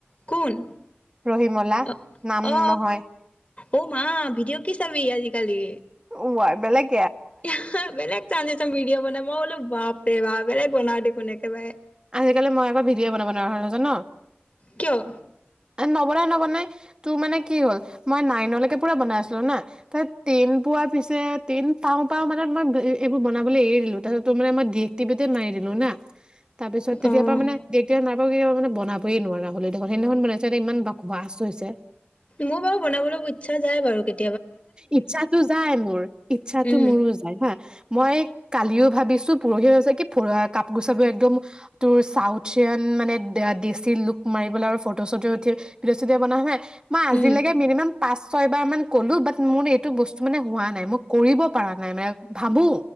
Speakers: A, on the left; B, on the right.
A: কোন?
B: ৰহিমলা
A: অ
B: নাম
A: অ
B: নহয়।
A: অ মা ভিডিঅ' কি চাবি আজিকালি
B: অ আই বেলেগ
A: এহহা বেলেগ চানজেচন ভিডিঅ' বনাও, মই বোলো বাপৰে বাপ বেলেগ বনাওঁ দেখোন একেবাৰে
B: আজিকালি মই আকৌ ভিডিঅ' বনাব নোৱাৰা হলোঁ জান
A: কিয়?
B: এ ন- বনায় নবনায়, তোৰ মানে কি হল? মই নাইনলৈকে পুৰা বনাই আছিলোঁ না, তাত টেন পোৱা পিছে টেন পাওঁ পাওঁ মানে মই এইবোৰ বনাবলৈ এৰি দিলোঁ তাৰপিছত তোৰ মানে মই ডিএক্টিভেটে মাৰি দিলোঁ না তাৰ পিছত তেতিয়াৰ
A: অ'।
B: পৰা মানে ডিএক্টিভেট মা মই কিবা মানে বনাবই নোৱাৰা হ'লো দেখোন, সেইদিনাখন বনাইছে এতিয়া ইমান বকবাছ হৈছে
A: মোৰ বাৰু বনাবলৈ ইচ্ছা যায় বাৰু কেতি
B: ইচ্ছাটো যায় মোৰ, ইচ্ছাটো
A: উম,
B: মোৰো যায় হা। মই কালিও ভাবিছোঁ, পৰহি হৈছে কি পুৰা কাপোৰ চাপোৰ একদম তোৰ চাউথিয়ান মানে দেশী লুক মাৰিবলৈ আৰু ফটো চটো উঠি ভিডিঅ চিডিঅ বনোৱা হয়। মই আজিলৈকে
A: উম,
B: মিনিমাম পাঁচ, ছয়বাৰ মান ক'লোঁ, বাট মোৰ এইটো বস্তু মানে হোৱা নাই মোক কৰিব পৰা নাই মানে ভাবোঁ